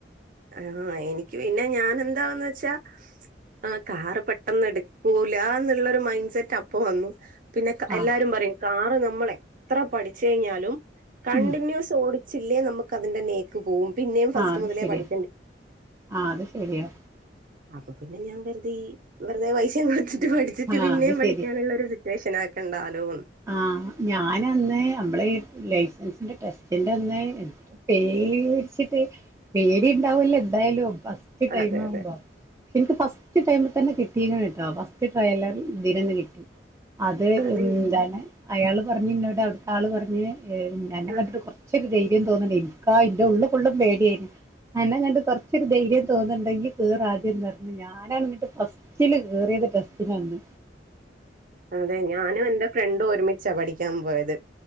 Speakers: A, on the right; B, on the right.
A: ആഹ എനിക്ക് പിന്നെ ഞാന് എന്താണ് ന്ന് വെച്ചാ ആ കാറ് പെട്ടന്ന് എടുക്കൂല എന്നുള്ളരു മൈൻസെറ്റ് അപ്പ വന്നു പിന്നെകഎല്ലാരും
B: ആഹ്
A: പറയും കാറ് നമ്മൾ എത്ര പഠിച്ചു കഴിഞ്ഞാലും കണ്ടിന്യൂസ്
B: ഉം
A: ഓടി ചില്ലേ നമുക്ക് അതിന്റെ നേക്ക് പോവും പിന്നേും ഫസ്റ്റ്
B: ആഹ് അത്
A: മുതലേ
B: ശരിയാ
A: പഠി
B: ആഹ് അത് ശരിയാ
A: അപ്പപിന്നെ ഞാകര്തി വെറുതെ പൈസയും കൊടുത്തിട്ട്പടി ച്ട്ട്
B: ആഹ്
A: പിന്നേപഠിക്കാനുള്ള
B: അത് ശരി
A: ഒരു സിറ്റുവേഷൻ ആക്കേണ്ട ആലോന്ന്
B: ആ ഞാനന്ന് നമ്മളെ ഈ ലൈസൻസിന്റെ ടെസ്റ്റിന്റെ അന്ന് പേടിച്ചിട്ട് പേടി ണ്ടാവല്ലോ എന്തായാലുംഫസ് റ്റ് ടൈമാവുമ്പോ
A: അതെ അതെ
B: എനിക്ക് ഫസ്റ്റ് ടൈമ് തന്നെ കിട്ടീ ക്ണ് ട്ടൊ ച് ട്രൈലർ ഇതിനന്ന് കിട്ടി അത്
A: അതെ
B: എന്താണ് അയാൾ പറഞ്ഞഞ് ഇന്നോട് അവിടുത്തെ ആൾപറഞ്ഞ് അന്നെകണ്ടിട്ട്
A: ആ.
B: കുറച്ച് ച്ചൊരു ധൈര്യം തോന്നണ് എനിക്കാ എന്റെ ഉള്ളള് ഫുള്ളും പേടിയാര് ന്ന് അന്നെ കണ്ട് കുറച്ചൊരു ധൈര്യം തോന്നുന്നുണ്ടെങ്കി കേറാദ്യന്ന് പറഞ്ഞ് ഞാന എന്നിട്ട് ഫസ്റ്റില് കേറിയത് ടെസ്റ്റിന് അന്ന്
A: അതെ ഞാനും എന്റെ ഫ്രണ്ടും ഒരുമിച്ചാ പഠിക്കാപോയത്